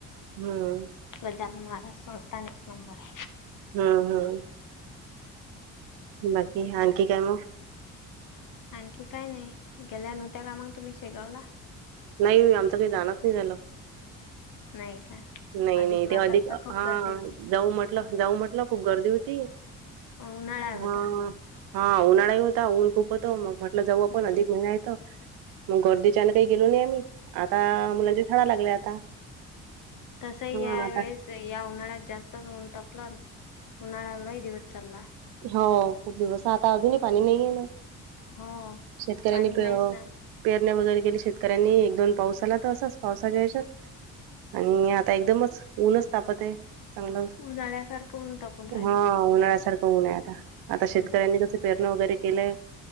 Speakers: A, on the right; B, on the left.
A: हम्म
B: गाज्यानान महाराज संस्था एक नंबर आहे.
A: हम्म हम्म बाकी आणखी काय म
B: आणखी काय नाही गेल्या नव्ह त्या का मग तुम्ही शेगावला.
A: नाही आमचं काही जाण च नाही झालं.
B: नाही का
A: नाहीय नाही
B: मासात
A: ते अधिक
B: तर खूप
A: हा
B: गर्दी होती
A: जाऊ म म्हटलं जाऊ म्हटलं खूप गर्दी होती.
B: अ उन्हाळा आता.
A: हा हा उन्हाळा होता ऊन खूप होतो मग म्हटलं जवळ
B: हम्म
A: पण अधिक महिना येतो. मग गर्दीच्यान काही गेलो नाही आम्ही आता मुलांच्या शाळा लागल्या आता.
B: तसही
A: हा
B: या
A: आता
B: वेळेस. या उन्हाळ्यात जास्तच ऊन टापलं उन्हाळ्याला दिवस चाला.
A: हो खूप दिवस आता अजूनही पाणी नाही आहे ना.
B: हो
A: शेतकऱ्यांनी
B: पाणी
A: प
B: नाहीच ना
A: पेरणे वगैरे केले शेतकऱ्यांनी एक दोन पाऊस झाला तर असाच पावसाच्या आयत आणि आता एकदमच ऊनच तापत आहे. चांगलं
B: उन्हाळ्यासारखं ऊन तापून राहिलं.
A: हा उन्हाळ्यासारखं आता शेतकऱ्यांनी
B: हम्म
A: कस पेरणं वगैरे केलंय